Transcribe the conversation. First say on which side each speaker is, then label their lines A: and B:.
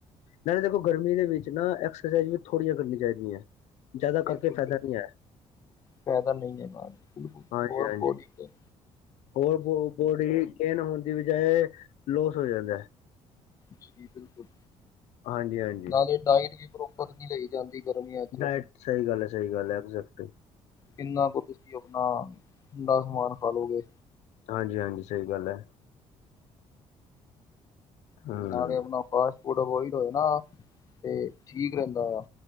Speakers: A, on the left; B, on the left.
A: ਨਾਲੇ ਦੇਖੋ ਗਰਮੀ ਦੇ ਵਿੱਚ ਨਾ ਐਕਸਰਸਾਈਜ਼ ਵੀ ਥੋੜ੍ਹੀਆਂ ਕਰਨੀਆਂ ਚਾਈਦੀ ਐਂ। ਜ਼ਿਆਦਾ
B: ਬਿਲਕੁਲ
A: ਕਰਕੇ ਫ਼ਇਦਾ
B: ਬਿਲਕੁਲ
A: ਨ੍ਹੀਂ ਏ।
B: ਫਾਇਦਾ ਨਈ ਐ ਨਾਲ ਬਿਲਕੁਲ,
A: ਹਾਂਜੀ
B: ਹੋਰ
A: ਹਾਂਜੀ
B: ਬੋ <unintelligible>
A: ਹੋਰ ਬੋ ਬੋਡੀ ਗੇਨ ਹੋਣ ਦੀ ਬਜਾਏ ਲੋਸ ਹੋ ਜਾਂਦਾ ਐ।
B: ਜੀ ਬਿਲਕੁਲ,
A: ਹਾਂਜੀ ਹਾਂਜੀ
B: ਨਾਲੇ ਡਾਈਟ ਵੀ ਪ੍ਰੋਪਰ ਨ੍ਹੀਂ ਲਈ ਜਾਂਦੀ। ਗਰਮੀਆਂ ਚ
A: ਡਾਇਟ ਸਹੀ ਗੱਲ ਐ, ਸਹੀ ਗੱਲ ਐ, ਐੈਕਜੇਟ
B: ਕਿੰਨਾ ਕੁ ਤੁਸੀਂ ਆਪਣਾ ਠੰਡਾ ਸਮਾਨ ਖਾਲੋਗੇ।
A: ਹਾਂਜੀ ਹਾਂਜੀ ਸਹੀ ਗੱਲ ਐ। ਹਮ
B: ਨਾਲੇ ਆਪਣਾ ਫਾਸਟ ਫੂਡ ਅਵੋਇਡ ਹੋਏ ਨਾ ਤੇ ਠੀਕ ਰੈਂਹਦਾ ਆ।